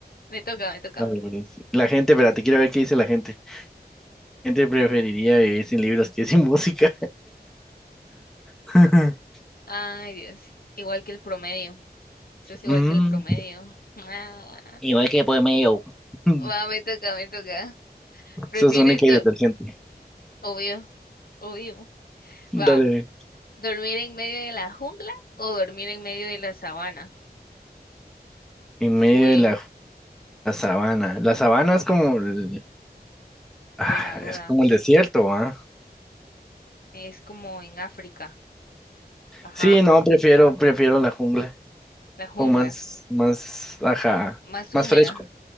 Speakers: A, on the left (about 65°); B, in the centre.
A: Me toca, me toca.
B: vale, vale, sí. La gente, espérate, quiero ver qué dice la gente. La gente preferiría vivir sin libros que sin música. <laughs>
A: Ay, Dios. Igual que el promedio. Eso es igual
B: Mm,
A: que el promedio. <laughs> Ah.
B: Igual que por medio. <laughs> Mm,
A: Va, me toca, me toca. ¿Prefieres,
B: Sos única y
A: do-
B: detergente.
A: obvio, obvio.
B: Dale.
A: Va, ¿dormir en medio de la jungla o dormir en medio de la sabana?
B: En medio
A: Uy,
B: de la, la sabana. La sabana es como el, ah,
A: buena duda.
B: es como el desierto, ¿ah?
A: Es como en África. Ajá,
B: Sí, no, prefiero, prefiero la jungla.
A: la jungla.
B: o más, más, ajá,
A: M- Más
B: más
A: húmeda.
B: fresco.
A: <laughs>